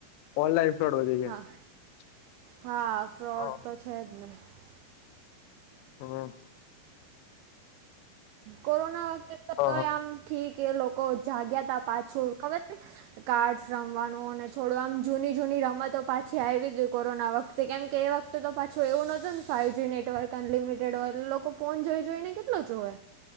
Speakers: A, on the left; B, on the right.
A: ઓનલાઈન ફ્રોડ વધી
B: હા
A: ગયા
B: હા <unintelligible>
A: હમ્મ.
B: કોરોના વખતે
A: હ
B: તો આમ ને ઠીક એ લોકો જાગ્યા ત પાછું ખબર છે. કાડ્સ રમવાનું અને થોડું આમ જૂની જૂની રમતો પાછી આવી ગઈ કોરોના વખતે કેમ કે એ વખતે તો પાછું એવું ન હોતું ને ફાઈવ જી નેટવર્ક અનલિમિટેડ હોય એ લોકો ફોન જોઈ જોઈ ને કેટલો જોવે